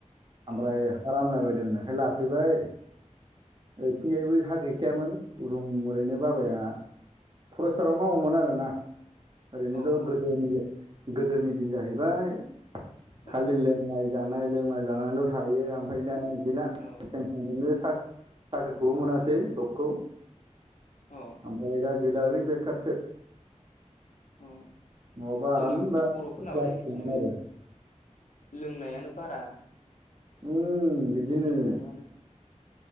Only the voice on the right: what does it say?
ओमफ्राय
हा रानलाबायदो दोंनायखाय लाफैबाय ओथिंजायबो हा गैखायामोन रुम ओरैनो बाबाया फरेस्टाराव मावोमोन आरोना ओरैनोथ'
गोदोनि गोदोनि दिन जाहैबाय खालि
लोंनाय जानाय लोंनाय जानायल' थायो ओमफ्राय दा गैला
टेनसनजोंनो साख्रि साख्रिखौबो मोनासै जबखौ
ओमफ्राय दा गैला ओरैनो बेखारसो
नङाबा आराम
दा
जासिगौमोन
आरो
ओम बिदिनो